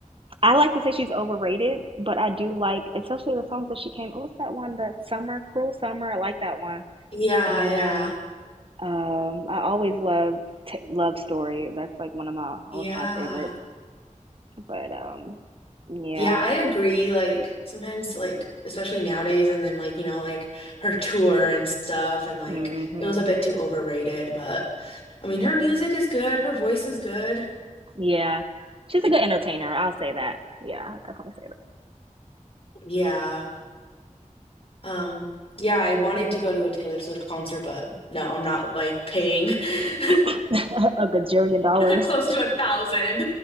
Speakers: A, on the right; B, on the left.
A: I like to say she's overrated, but I do like, especially the songs that she came. What's that one? The Summer, Cruel Summer. I like that one.
B: Yeah,
A: And
B: yeah,
A: um, I always love t- Love Story. That's like one of my
B: yeah.
A: all time favorites. But um, yeah,
B: Yeah, I agree. Like sometimes like especially nowadays and then like, you know, like her tour and stuff and like
A: hmm
B: it was a bit too overrated, but I mean her music is good, her voice is good.
A: yeah, she's a good entertainer. I'll say that. Yeah, I'll definitely
B: Yeah. Um, yeah, I wanted to go to a Taylor Swift concert, but no, I'm not like paying <laughs>
A: say that. <laughs> a gajillion dollars.
B: close to a thousand